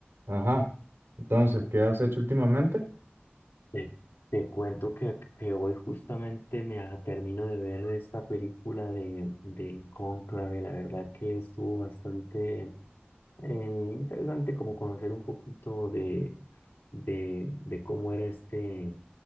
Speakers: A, on the right (about 80°); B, on the left (about 85°).
A: Ajá. Entonces, ¿qué has hecho últimamente?
B: Te, te cuento que, que hoy justamente me a- termino de ver esta película de, del Cónclave. La verdad que estuvo bastante eh, interesante como conocer un poquito de, de, de cómo era este